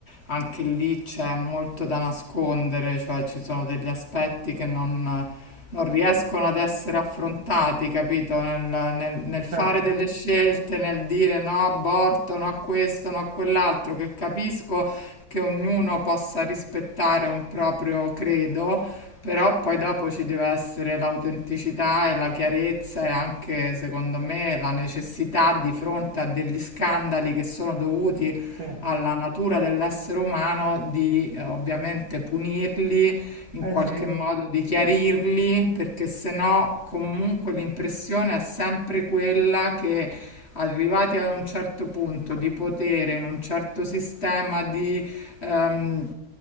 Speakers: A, on the left; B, on the right.
A: anche lì c'è molto da nascondere, cioè ci sono degli aspetti che non, non riescono ad essere affrontati, capito? Nel, nel- nel fare
B: certo,
A: delle scelte, nel dire no aborto, no a questo, no a quell'altro, che capisco che ognuno possa rispettare un proprio credo, però poi dopo ci deve essere l'autenticità e la chiarezza e anche, secondo me, la necessità di fronte a degli scandali che sono dovuti
B: sì.
A: alla natura dell'essere umano di eh, ovviamente punirli, in
B: Eh
A: qualche
B: sì,
A: modo di chiarirli, perché se no comunque l'impressione è sempre quella che arrivati ad un certo punto di potere in un certo sistema di ehm,